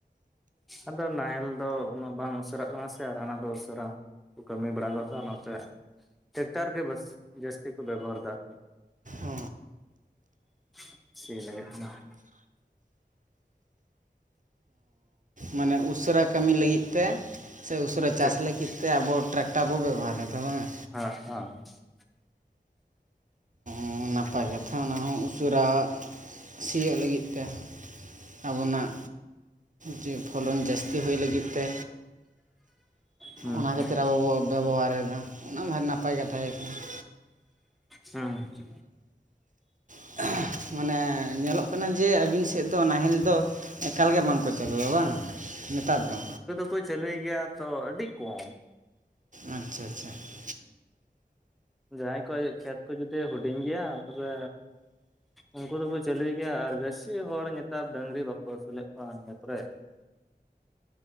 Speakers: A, in the centre; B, on the right.
A: ᱟᱫᱚ ᱱᱟᱦᱮᱞ ᱫᱚ ᱩᱱᱟᱹᱜ ᱵᱟᱝ ᱩᱥᱟᱹᱨᱟᱜ ᱠᱟᱱᱟ ᱥᱮ ᱟᱨ ᱦᱟᱱᱟ ᱫᱚ ᱩᱥᱟᱹᱨᱟ ᱠᱚ ᱠᱟᱹᱢᱤ ᱵᱟᱲᱟ ᱜᱚᱫ ᱫᱟᱜ ᱚᱱᱟᱛᱮ ᱴᱮᱠᱴᱟᱨ ᱜᱮ ᱵᱟᱥ ᱡᱟᱥᱛᱤ ᱠᱚ ᱵᱮᱵᱚᱦᱟᱨ ᱫᱟᱠᱚ ᱾
B: ᱚ
A: <inaudible> ᱥᱤ ᱞᱟᱹᱜᱤᱫ ᱫᱚ ᱾
B: ᱢᱟᱱᱮ ᱩᱥᱟᱹᱨᱟ ᱠᱟᱹᱢᱤ ᱞᱟᱹᱜᱤᱫ ᱛᱮ ᱥᱮ ᱯᱩᱨᱟᱹ ᱪᱟᱥ
A: ᱴᱨᱟᱠᱴᱟᱨ
B: ᱞᱟᱹᱜᱤᱫ ᱛᱮ ᱟᱵᱚ ᱴᱨᱟᱠᱴᱟᱨ ᱵᱚ ᱵᱮᱵᱚᱦᱟ ᱮᱫᱟ ᱵᱟᱝᱟ?
A: ᱦᱟᱸ ᱦᱟᱸ ᱾
B: ᱦᱩᱸ ᱱᱟᱯᱟᱭ ᱠᱟᱛᱷᱟ ᱚᱱᱟᱦᱚᱸ ᱩᱥᱟᱹᱨᱟ ᱥᱤᱭᱚᱜ ᱞᱟᱹᱜᱤᱫ ᱛᱮ ᱟᱵᱚᱱᱟᱜ ᱡᱮ ᱯᱷᱚᱞᱚᱱ ᱡᱟᱹᱥᱛᱤ ᱦᱩᱭ ᱞᱟᱹᱜᱤᱫ ᱛᱮ
A: <inaudible> ᱦᱩᱸ
B: ᱚᱱᱟ ᱠᱷᱟᱹᱛᱤᱨ
A: ᱾
B: ᱟᱵᱚ ᱵᱚ ᱵᱮᱵᱚᱦᱟᱨ ᱮᱫᱟ ᱚᱱᱟ ᱢᱟ ᱱᱟᱯᱟᱭ ᱠᱟᱛᱷᱟ ᱜᱮ ᱠᱟᱱᱟ ᱾
A: ᱦᱩᱸ <inaudible> ᱾
B: <unintelligible> ᱢᱟᱱᱮ ᱧᱮᱞᱚᱜ ᱠᱟᱱᱟ ᱡᱮ ᱟᱹᱵᱤᱱ ᱥᱮᱫ ᱫᱚ ᱱᱟᱦᱮᱞ ᱫᱚ ᱮᱠᱟᱞ ᱜᱮ ᱵᱟᱝᱠᱚ ᱪᱟᱹᱞᱩᱣᱟ ᱵᱟᱝᱟ ᱱᱮᱛᱟᱨ ᱫᱚ?
A: ᱠᱚ ᱪᱟᱹᱞᱩᱭ ᱜᱮᱭᱟ, ᱛᱚ ᱟᱹᱰᱤ ᱠᱚᱢ ᱾
B: ᱟᱪᱪᱷᱟ ᱟᱪᱪᱷᱟ ᱾
A: ᱡᱟᱦᱟᱸᱭ ᱠᱚᱣᱟᱜ ᱠᱷᱮᱛ ᱠᱚ ᱡᱩᱫᱤ ᱦᱩᱰᱤᱧ ᱜᱮᱭᱟ ᱛᱚᱵᱮ ᱩᱱᱠᱩ ᱫᱚᱠᱚ ᱪᱟᱹᱞᱩᱭ ᱜᱮᱭᱟ, ᱟᱨ ᱵᱮᱥᱤ ᱦᱚᱲ ᱱᱮᱛᱟᱨ ᱰᱟᱹᱝᱨᱤ ᱵᱟᱠᱚ ᱟᱹᱥᱩᱞᱮᱫ ᱠᱚᱣᱟ ᱱᱤᱭᱟᱹ ᱠᱚᱨᱮᱫ ᱾ <unintelligible>